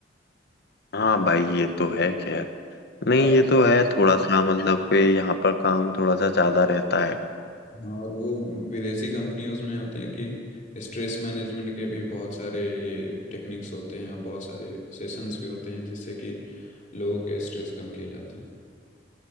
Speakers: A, on the left (about 60°); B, on the left (about 45°).
A: हाँ भाई ये तो है खैर
B: और
A: नहीं
B: काम
A: ये तो है थोड़ा सा मतलब कि यहाँ पर काम थोड़ा सा ज्यादा रहता है
B: हाँ, और वो विदेशी कंपनियों में होते हैं कि स्ट्रेस मैनेजमेंट के भी बहुत सारे ये टेक्निक्स होते हैं और बहुत सारे सेशंस भी होते हैं जिससे कि लोगों के स्ट्रेस कम किए जाते हैं